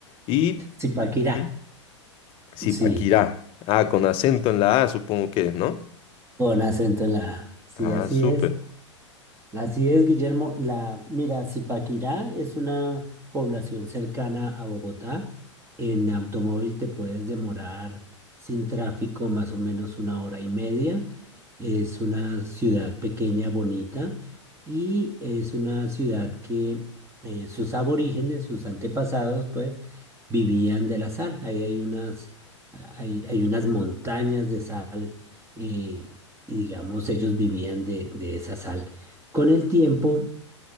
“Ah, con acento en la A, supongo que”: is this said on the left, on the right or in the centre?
Left